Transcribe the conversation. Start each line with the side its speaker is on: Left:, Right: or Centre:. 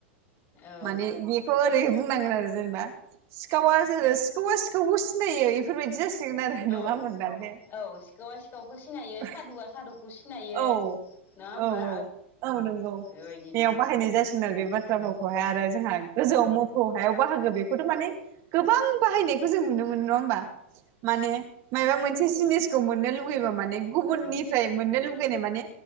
Left: औ
Right: माने बे खौ ओरै बुंनांगोन आरो जेनेबा सिखावा सो सिखावा सिखावखौ सिनायो इफोरबायदि जा गोन आरो नङा
Left: औ औ सिखावा सिखावखौ सिनायो
Right: <unintelligible> औ
Left: सादुआ सादुखौ सिनायो
Right: औ
Left: नङा होमबा
Right: औ औ औ नंगौ।
Left: बेबायदिनो
Right: बेयाव बाहायनाय जासिग
Left: गोजौआव
Right: आरो बे बाथ्राफोरखौहाय आरो जोंहा गोजौआव मोफौ हायाव बाहागो बेखौथ' माने गोबां बाहायनायखौ जों नुनो मोनो नङा होमबा माने मायबा मोनसे जिनिसखौ मोननो लुगैबा माने गुबुननिफ्राय मोननो लुगैनाय माने